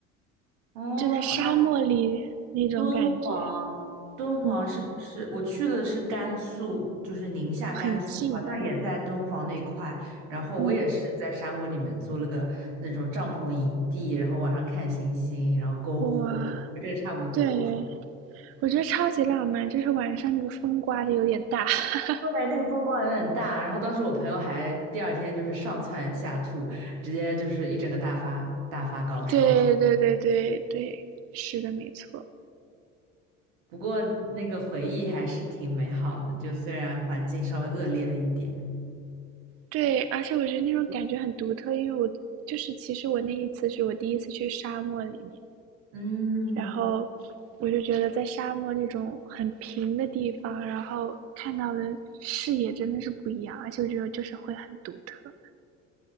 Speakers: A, on the right (about 80°); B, on the right (about 40°).
A: 哦，
B: 就在沙漠里那种感觉，
A: 哎敦煌，敦煌是不是？
B: 嗯，
A: 我去的是甘肃，就是宁夏、
B: 很近，
A: 甘肃，好像也在敦煌那块。然后我也是在沙漠里面租了个那种帐篷营地，
B: 嗯，
A: 然后晚上看星星，然后篝火，
B: 哇，
A: 就这差不多。
B: 对。我觉得超级浪漫，就是晚上那个风刮的有点大。<laughs>
A: 对，那个风光有点大。然后当时我朋友还第二天就是上蹿下吐，直接就是一整个大发大发高烧。
B: 对对对对对，是的，没错。
A: 不过那个回忆还是挺美好的，就虽然环境稍微恶劣了一点，
B: 对，而且我觉得那种感觉很独特，因为我就是其实我那一次是我第一次去沙漠里面，
A: 嗯，
B: 然后我就觉得在沙漠那种很平的地方，然后看到的视野真的是不一样，而且我觉得就是会很独特。